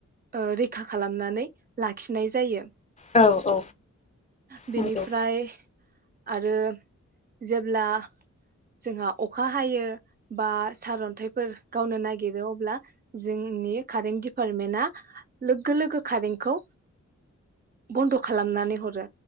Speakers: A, on the right (about 30°); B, on the left (about 25°).
A: ओ रैखा खालामनानै लाखिनाय जायो
B: औ औ
A: बेनिफ्राय
B: नंगौ
A: आरो जेब्ला जोंहा अखा हायो बा सारन्थाइफोर गावनो नागिरो अब्ला जोंनि कारें दिपार्टमेन्टआ लोगो लोगो कारेंखौ बन्द' खालामनानै हरो